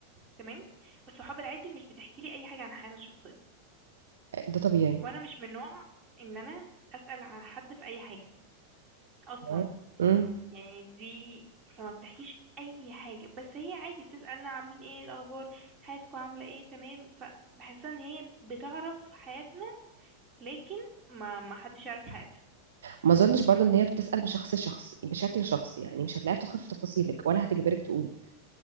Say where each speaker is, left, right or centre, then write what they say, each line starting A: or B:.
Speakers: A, on the right (about 30°); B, on the right (about 60°).
A: تمام الصحاب العادي مش بتحكي لي اي حاجه عن حياتها الشخصيه
B: ده طبيعي
A: وانا مش من نوع ان انا اسال عن حد في اي حاجه اصلا
B: تمام مم.
A: يعني دي فما بتحكيش اي حاجه بس هي عادي بتسالنا عاملين ايه الاخبار حياتكم عامله ايه تمام فبحسها ان هي بتعرف حياتنا لكن ما ما حدش يعرف حياتها
B: ما اظنش برضو ان هي بتسأل بشخص شخص بشكل شخصي يعني مش هتلاقيها بتدخل في تفاصيلك ولا هتجبرك تقولي